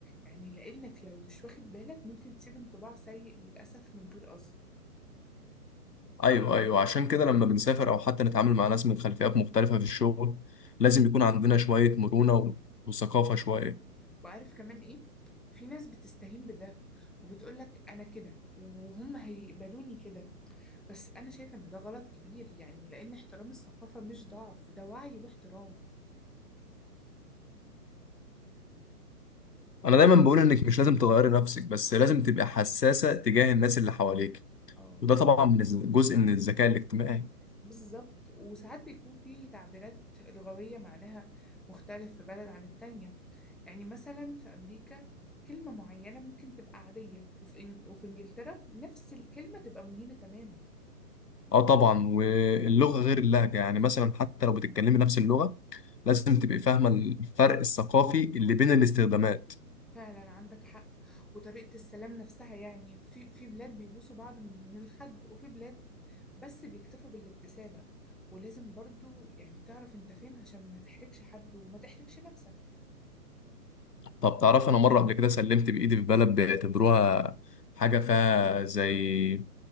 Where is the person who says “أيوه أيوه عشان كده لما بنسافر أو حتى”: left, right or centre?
Left